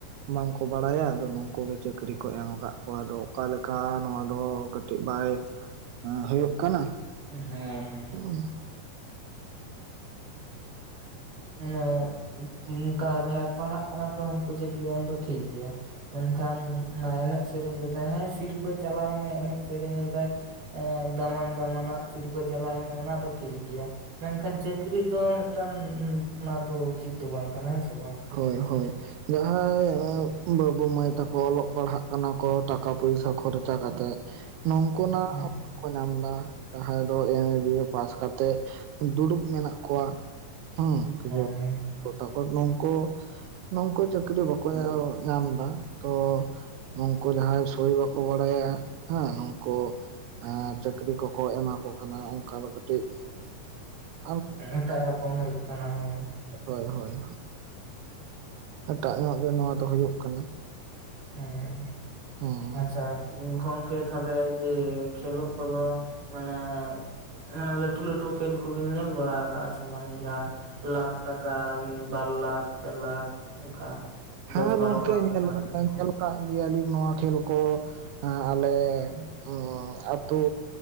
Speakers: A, on the right; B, on the right.
A: ᱵᱟᱝ ᱠᱚ ᱵᱟᱲᱟᱭᱟ ᱟᱫᱚ ᱱᱩᱝᱠᱩ ᱜᱮ ᱪᱟᱹᱠᱨᱤ ᱠᱚ ᱮᱢ ᱟᱠᱟᱜ ᱠᱚᱣᱟ ᱟᱫᱚ ᱚᱠᱟ ᱞᱮᱠᱟ ᱱᱚᱣᱟ ᱫᱚ ᱠᱟᱹᱴᱤᱡ ᱵᱟᱭᱼᱼ ᱟᱸ ᱦᱩᱭᱩᱜ ᱠᱟᱱᱟ,
B: ᱦᱮᱸ ᱦᱮᱸ
A: ᱩᱸ᱾
B: ᱟᱱᱮ ᱩᱸᱠᱟ ᱡᱟᱦᱟᱸᱭ ᱯᱟᱲᱦᱟᱜ ᱠᱟᱱᱟ ᱠᱚ ᱩᱱᱠᱩ ᱪᱟᱹᱠᱨᱤ ᱮᱢ ᱫᱚ ᱴᱷᱤᱠ ᱜᱮᱭᱟ᱾ ᱢᱮᱱ ᱠᱷᱟᱱ ᱚᱱᱟ ᱮᱱᱮᱡ ᱥᱮᱨᱮᱧ ᱠᱟᱛᱮᱜ ᱦᱮᱸ ᱥᱤᱨᱯᱟᱹ ᱪᱟᱞᱟᱭ ᱢᱮ ᱮᱱᱮᱡ ᱥᱮᱨᱮᱧ ᱮᱫᱟᱭᱼᱼ ᱮᱸ ᱫᱟᱢᱟᱱ ᱫᱟᱢᱟᱱᱟᱜ᱾ ᱥᱤᱨᱯᱟᱹ ᱪᱟᱞᱟᱭ ᱢᱮ ᱚᱱᱟ ᱫᱚ ᱴᱷᱤᱠ ᱜᱮᱭᱟ ᱢᱮᱱᱠᱷᱟᱱ ᱪᱟᱹᱠᱨᱤ ᱫᱚ ᱢᱤᱫᱴᱟᱝ ᱚᱱᱟ ᱫᱚ ᱩᱪᱤᱛ ᱫᱚ ᱵᱟᱝ ᱠᱟᱱᱟ ᱦᱮᱸ ᱥᱮ ᱵᱟᱝ
A: ᱦᱳᱭ ᱦᱳᱭ ᱡᱟᱦᱟᱸᱭ ᱵᱟᱹᱵᱩ ᱢᱟᱹᱭ ᱛᱟᱠᱚ ᱚᱞᱚᱜ ᱯᱟᱲᱦᱟᱜ ᱠᱟᱱᱟ ᱠᱚ ᱴᱟᱠᱟ ᱯᱚᱭᱥᱟ ᱠᱷᱚᱨᱪᱟ ᱠᱟᱛᱮᱜ ᱱᱚᱝᱠᱩ ᱱᱟᱜ
B: ᱦᱮᱸ
A: ᱠᱚ ᱧᱟᱢ ᱮᱫᱟ ᱡᱟᱦᱟᱸᱭ ᱫᱚ ᱮᱢ ᱮ ᱵᱤᱭᱮ ᱯᱟᱥ ᱠᱟᱛᱮᱫ ᱫᱩᱲᱩᱵ ᱢᱮᱱᱟᱜ ᱠᱚᱣᱟ ᱦᱮᱸ <inaudible>
B: ᱦᱮᱸ
A: ᱜᱚᱴᱟ ᱠᱚ ᱱᱚᱝᱠᱩ ᱱᱚᱝᱠᱩ ᱪᱟᱹᱠᱨᱤ ᱵᱟᱠᱚ ᱧᱟᱢ ᱮᱫᱟ ᱛᱚ ᱱᱚᱝᱠᱩ ᱡᱟᱦᱟᱸᱭ ᱥᱳᱭ ᱵᱟᱠᱚ ᱵᱟᱲᱟᱭᱟ ᱦᱮᱸ ᱱᱩᱠᱩ ᱟᱨ ᱪᱟᱹᱠᱨᱤ ᱠᱚᱠᱚ ᱮᱢᱟ ᱠᱚ ᱠᱟᱱᱟ ᱚᱱᱠᱟ ᱫᱚ ᱠᱟᱹᱴᱤᱡ ᱟᱨᱼᱼ
B: ᱮᱴᱟᱜ ᱨᱚᱠᱚᱢ ᱦᱚᱭᱩᱜ ᱠᱟᱱᱟ ᱦᱮ᱾
A: ᱦᱳᱭ ᱦᱳᱭ ᱮᱴᱟᱜ ᱧᱚᱜ ᱜᱮ ᱱᱚᱣᱟ ᱫᱚ ᱦᱩᱭᱩᱜ ᱠᱟᱱᱟ
B: ᱦᱮᱸ
A: ᱦᱮᱸ
B: ᱟᱪᱪᱷᱟ ᱜᱚᱢᱠᱮ ᱛᱟᱦᱞᱮ ᱡᱮ ᱠᱷᱮᱞᱳᱜ ᱠᱚᱫᱚ ᱢᱟᱱᱮ ᱚᱱᱟ ᱞᱟᱹᱴᱩ ᱞᱟᱹᱴᱩ ᱠᱷᱮᱞ ᱠᱚᱵᱤᱱ ᱧᱮᱞ ᱵᱟᱲᱟ ᱟᱠᱟᱜ-ᱟ ᱥᱮ ᱵᱟᱝ ᱡᱟᱦᱟᱸ ᱞᱟᱠᱷ ᱴᱟᱠᱟ ᱵᱟᱨ ᱞᱟᱠᱷ ᱯᱮ ᱞᱟᱠᱷ ᱚᱱᱠᱟ
A: ᱦᱮᱸ
B: ᱫᱚᱥ ᱵᱟᱨᱚ
A: ᱜᱚᱝᱠᱮ
B: ᱞᱟᱠᱷ
A: ᱧᱮᱞ
B: ᱴᱟᱠᱟ ᱨᱮᱱᱟᱜ
A: ᱟᱠᱟᱫ
B: ᱠᱷᱮᱞ ᱠᱚ
A: ᱧᱮᱞ ᱠᱟᱜ ᱜᱮᱭᱟ ᱞᱤᱧ ᱱᱚᱣᱟ ᱠᱷᱮᱞ ᱠᱚ ᱟᱞᱮ ᱦᱩ ᱛᱳ